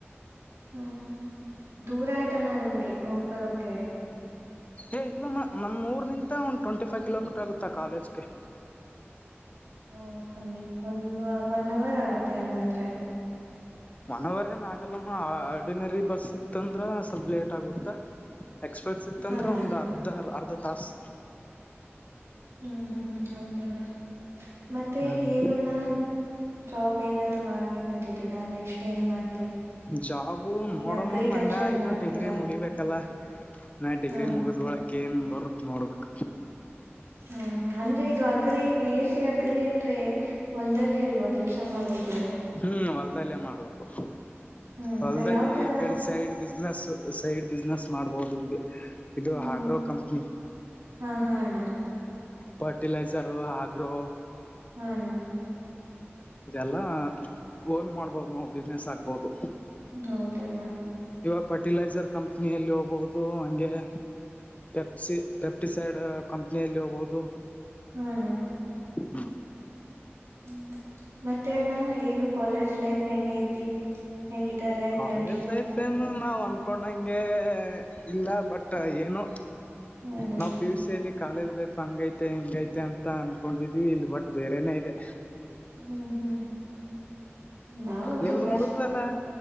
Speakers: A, on the right; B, on the left.
A: ಹ್ಮ್ ಹ್ಮ್ ದೂರ ಆಯ್ತಣ್ಣ ನಿಮ್ಗೆ ಹೋಗ್ ಬರೋಕೆ
B: ಏ ಇಲ್ಲಮ್ಮ ನಮ್ಮ್ ಊರ್ ನಿಂತ ಒಂದ್ ಟ್ವೆಂಟಿ ಫೈವ್ ಕಿಲೋಮೀಟರ್ ಆಗುತ್ತಾ ಕಾಲೇಜ್ಗೆ
A: ಓ ಸಮೀಪ್ ಒನ್ ಒನ್ ಅವರ್ ಆಗತ್ತೆ ಹಂಗಂದ್ರೆ
B: ಒನ್ ಅವರ್ ಏನ್ ಆಗಲ್ಲಮ್ಮ ನ ಬಸ್ ಇತ್ತಂದ್ರ ಸ್ವಲ್ ಲೇಟ್ ಆಗುತ್ತಾ ಎಕ್ಸ್ಪ್ರೆಸ್ ಇತ್ತ
A: ಹಾ
B: ಅಂದ್ರೆ
A: ಅಣ್ಣ
B: ಒಂದ್ ಅರ್ಧರ್ ಅರ್ಧ ಪಸ್
A: ಹ್ಮ್ ಹ್ಮ್ ಹೌದಣ್ಣ ಮತ್ತೆ
B: ಹ್ಮ್
A: ಏನುಣ ಡ್ರಾಬ್ ಏನಾರ ಮಾಡ್ಬೇಕಂತಿದ್ದೀರಾ ನೆಕ್ಸ್ಟ್ ಟನ್ ಮಾಡ
B: ಜಾಬು ನೋಡಮ್ಮಮ್ಮನಾ
A: ಅಗ್ರಿಕಲ್ಚರ್
B: ಇದು
A: ಮಾಡ್ತೀರಾ
B: ಡಿಗ್ರಿ ಮುಗಿಬೇಕಲ್ಲ ನಾ ಡಿಗ್ರಿ
A: ಹ್ಮ್
B: ಮುಗುದ್ ಒಳ ಕ್ಕೇನ್ ಬರುತ್ ನೋಡ್ಬೇಕ
A: ಹಾ ಹ ಅಂದ್ರೆ ಇದು ಆ ಗ್ರೀಬೀಿಸ ಅಗ್ರಿ ಅಂದ್ರೆ ಹೊಲ್ದಲ್ಲಿ ಅಲ್ವಾ ಕೆಲ್ಸ ಮಾಡುವುದು
B: ಹ್ಮ್ ಹೊಲ್ದಲ್ಲೇ ಮಾಡ್ಬೇಕು
A: ಹ್ಮ್
B: ಹೊಲ್ದಲ್ಲಿ
A: ಯಾವ್ ತರ
B: ಈ ಕಡೆ ಸೈಡ್ ಬಿಸ್ನೆಸ್ ಸೈಡ್ ಬಿಸ್ನೆಸ್ ಮಾಡ್ಬೋದು ಇದು
A: ಹ್ಮ್
B: ಆಗ್ರೋ ಕಂಪ್ನಿ
A: ಹಾ ಹಾ ಅಣ್ಣ
B: ಫರ್ಟಿಲೈಸರ್ ಆ್ರೋ
A: ಹಣ
B: ಇದೆಲ್ಲ ಓನ್ ಮಾಡ್ಬೋದು ನವು ಬಿಸ್ನೆಸ್ ಆಗ್ಬೋದು
A: ಹೌದು <inaudible>
B: ಇವಾಗ ಫರ್ಟಿಲೈಸರ್ ಕಂಪ್ನಿಯಲ್ಲಿ ಹೋಗಬಹುದು ಹಂಗೆ ಪೆಪ್ ಪೆಪ್ಟಿಸೈಡ್ ಕಂಪ್ನಿಯಲ್ಲಿ ಹೋಗಬಹುದು
A: ಹ್ಮಲ್ಲ
B: ಹ್ಮ್
A: ಹ್ಮ್್ಮ ಮತ್ತೆ ಅಣ್ಣ ಏನು ಕಾಲೇಜ್ ಲೈಫ್ ಹೆಂಗ ೈತಿ ಹೆಂಗಿದ್ದಾರೆ
B: ಕಾಲೇಜ್
A: ಫ್ರೆಂಡ್ಸು
B: ಲೈಫ್ ಏನು ನಾವ್ ಅನ್ಕೊಂಡಂಗೆ ಇಲ್ಲ ಬಟ್ ಏನು
A: ಹಾ ಅಣ್ಣ
B: ನಾವು ಪಿಯುಷ್ ಸೈಲಿ ಕಾಲೇಜ್ ಲೈಫ್ ಹಂಗ ೈತೆ ಹೆಿಂಗೈಐತೆ ಅಂತ ಅನ್ಕೊಂಡಿದ್ವಿ ಇಲ್ ಬಟ್ ಬೇರೆನೇ ಇದೆ
A: ಹ್ಮ್ ಹ್ಮ್ ನಾವಂದರು
B: ನಿಮ್ದು
A: ಮಸ್ತ್
B: ಮುಗ್ದದಲ್ಲ